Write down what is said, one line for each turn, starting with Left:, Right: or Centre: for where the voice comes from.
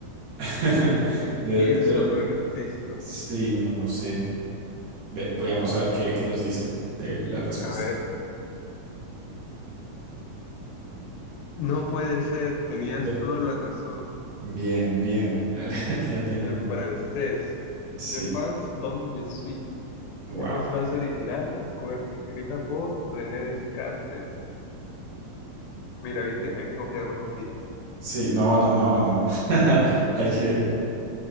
Right: <laughs>
Left: ok,
Right: De-
Left: pienso,
Right: pero
Left: luego existo.
Right: sí, no, no sé. Ve, veamos
Left: Mm,
Right: a ver qué, qué nos dice eh, la respuesta.
Left: a ver,
Right: <laughs>
Left: no puede ser, tenías
Right: Eh,
Left: toda la razón.
Right: Bien, bien, <laughs> le, le atinamos.
Left: Y en francés,
Right: Sí,
Left: je pense donc je suis.
Right: wow.
Left: Es la frase original escue- escrita por René Descartes. Mira, viste, hay que confiar más en ti.
Right: Sí, no, no, no, no. <laughs> Hay que,